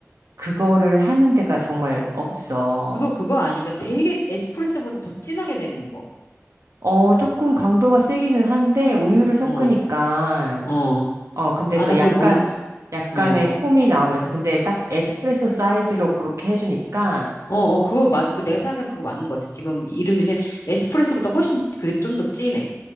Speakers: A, on the right; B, on the left.
A: 그거를 하는 데가 정말 없어.
B: 그거, 그거 아닌가? 되게 에스프레소보다 더 진하게 내리는 거.
A: 어, 조금 강도가 세기는 하는데, 우유를 섞으니까,
B: 어, 어.
A: 어, 근데
B: 아,
A: 그
B: 나 그거
A: 약간,
B: 뭔,
A: 약간의
B: 응.
A: 폼이 나오면서, 근데 딱 에스프레소 사이즈로 그렇게 해주니까,
B: 어, 어, 그거, 맞, 그 내가 생각한 그거 맞는 것 같아. 지금 이름이 이제 에스프레소보다 훨씬 그게 좀 더 진해.